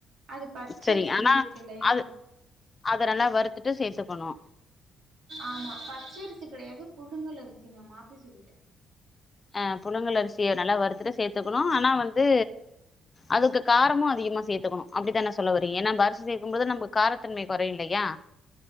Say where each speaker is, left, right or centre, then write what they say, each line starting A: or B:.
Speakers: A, on the right (about 70°); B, on the left (about 30°).
A: அது பச்சரிசி
B: சரிங்க ஆனா
A: இருக்கு இல்லையா
B: அது அத நல்லா வருத்துட்டு சேர்த்துக்கணு
A: ஆமா பச்சை அரிசி கிடையாது புழுங்கல் அரிசி நா மாத்தி சொல்லிட்டே
B: ஆ புலங்கல் அரிசிய நல்லா வருத்துட்டு சேர்த்துக்கணு ஆனா வந்து அதுக்கு காரமு அதிகமா சேர்த்துக்கணு அப்படித்தானே சொல்ல வரீங்க ஏன்னா அரிசி சேர்க்கும்போது நமக்கு காரத்தன்மை கொறையு இல்லையா